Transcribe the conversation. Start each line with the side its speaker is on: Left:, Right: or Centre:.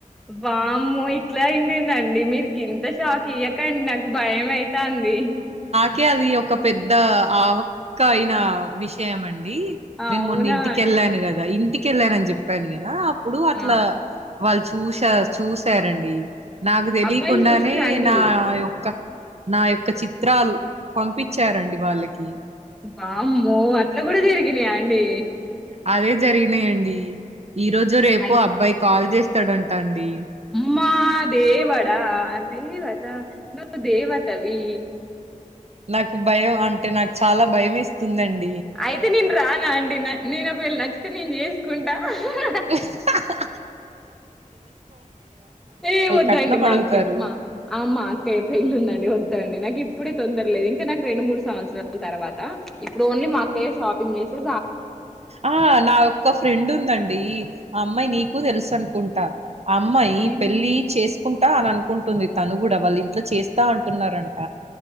Centre: వామ్మో ఇట్లా అయిందిందండి మీరు గింత షాక్ ఇయకండి నాకు భయం అయి చాంది
Right: కే అది ఒక పెద్ద ఆవక్క అయిన విషయం అండి
Centre: అవునా
Right: నేను మొన్న ఇంటికెళ్ళాను
Centre: అండి
Right: కదా ఇంటికి కేళ్ళానని చెప్పాను కదా ఇప్పుడు అట్లా
Centre: ఆ
Right: వాళ్ళ చూశా చూసారండి నాకు తెలియకుండానే
Centre: అబ్బాయిలు చూసిర్రా అండి
Right: నా యొక్క నా యేప్ ఒక చిత్రాలు పంపించరండి వాళ్ళకి
Centre: వామ్మో అట్లా కూడా జరిగినాయా అండి
Right: అదే జరిగినాయండి ఈ
Centre: హ్మ్.
Right: రోజు రేపు
Centre: అయి
Right: అబ్బాయి కాల్ చేస్తాడంటా అండి
Centre: మా దేవడా దేవత నువ్వు దేవతవీ
Right: నాకు భయం అంటే నాకు చాలా భయం వేస్తుందండ్
Centre: అయితే నేను రానా అండి, నా నేను ఒకవేళ న తే నేను చేసుకుంటా హ హ్
Right: ఇహ్ హా హా
Centre: ఏ వద్దండి
Right: కట్నం
Centre: మా
Right: అడుగుతారు
Centre: అక్కయ్ మా మా అక్కయ్య పెళ్లుందండి వద్ నండీ నాకు ఇప్పుడే తొందర లేదు ఇంకా నాకు రెండు మూడు సంవత్సరాల తర్వాత ఇప్పుడు ఓన్లీ మా అక్కయ్య షాపింగ్ చేసే
Right: ఆ నా ఒక్క ఫ్రెండ్ ఉందండి ఆ అమ్మాయి నీకు తెలుసు అనుకుంటా ఆ అమ్మాయి
Centre: హ్మ్.
Right: పెళ్ళి చేసు కుంటా అని అనుకుంటుంది తను కూడా వాళ్ళు ఇంట్లో చేస్తా అంటున్నారంట.